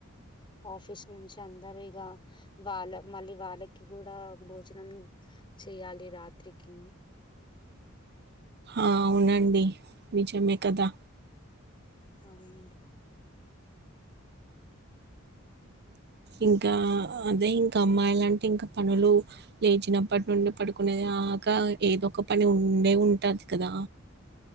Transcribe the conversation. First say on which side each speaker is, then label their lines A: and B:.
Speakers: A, on the left; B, on the right.
A: ఆఫీస్ నుంచి అందరు ఇక వాళ్ళ మళ్ళీ వాళ్ళకి కూడా భోజనం చెయాలి రాత్రికి
B: అవునండి నిజమే కదా
A: అవునండి
B: ఇంకా అదే ఇంకా అమ్మాయిలు అంటే ఇంకా పనులు లేచినప్పటి నుండి పడుకునే దాకా ఏదో ఒక పని ఉండే ఉంటది కదా